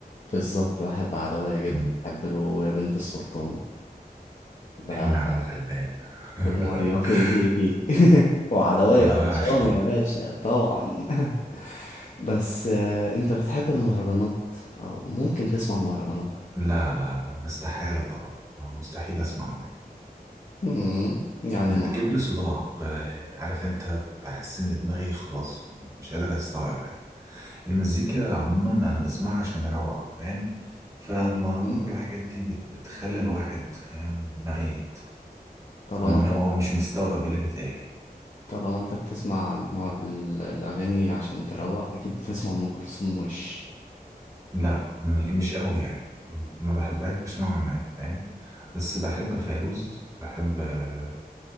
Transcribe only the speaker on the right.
مم.
حن على الغلبان <laughs>
وعدوية
عشتها
لا لا لا مستحيلة طبعا آه، مستحيل أسمع مرض
بتجيب
لي صداع ب- عارف أنت بت- بحس إن دماغي خلاص مش قادر أستوعب حاجة المزيكا عموما أنا بسمعها عشان أروق فاهم فالمهرجانات
والحاجات دي بت- بتخلي الواحد فاهم ميت
ما ما
هو مش مستوعب اللي بيتقال
لا م- مش قوي يعني ما بحبهاش نوعا ما فاهم بس بحب فيروز بحب آه،